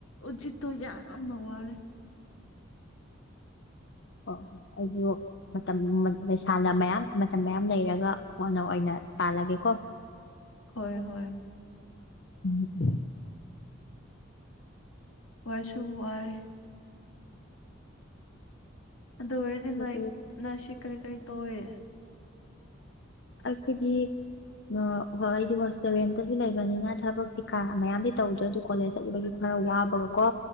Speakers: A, on the left; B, on the left.
A: ꯎꯖꯤꯠꯇꯣ ꯌꯥꯝꯅ ꯋꯥꯔꯦ
B: ꯍꯣꯏ ꯍꯣꯏ ꯑꯩꯖꯨ ꯃꯇꯝ ꯃꯠ ꯂꯩꯁꯥꯅ ꯃꯌꯥꯝ ꯃꯇꯝ ꯃꯌꯥꯝ ꯂꯩꯔꯒ ꯀꯣꯟꯅ ꯑꯣꯏꯅ ꯄꯥꯜꯂꯒꯦ ꯀꯣ
A: ꯍꯣꯏ ꯍꯣꯏ
B: ꯎꯝ
A: ꯋꯥꯁꯨ ꯋꯥꯏ ꯑꯗꯨ ꯑꯣꯏꯔꯗꯤ
B: ꯑꯗꯨꯗꯤ
A: ꯅꯣꯏ ꯅꯣꯏꯁꯨ ꯀꯔꯤ ꯀꯔꯤ ꯇꯧꯏ
B: ꯑꯈꯣꯏꯗꯤ ꯅ ꯍꯣꯏꯗꯤ ꯍꯣꯁꯇꯦꯜ ꯔꯦꯟꯇꯁꯨ ꯂꯩꯕꯅꯤꯅ ꯊꯕꯛꯇꯤ ꯀꯥ ꯃꯌꯥꯝꯗꯤ ꯇꯧꯗ꯭ꯔꯦ ꯑꯗꯨ ꯀꯣꯂꯦꯖꯆꯠꯂꯨꯕꯒꯤ ꯈꯔ ꯋꯥꯕꯒ ꯀꯣ